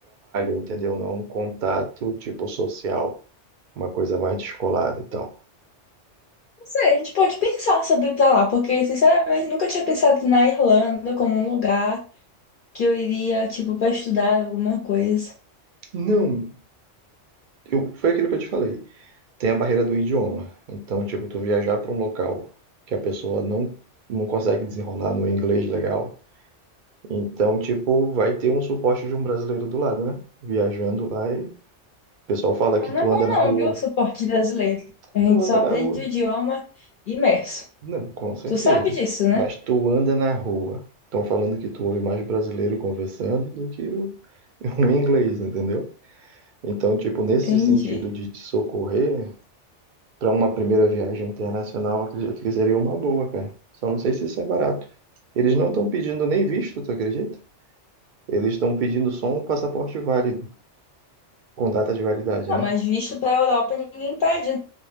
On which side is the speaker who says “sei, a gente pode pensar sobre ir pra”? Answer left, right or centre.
Left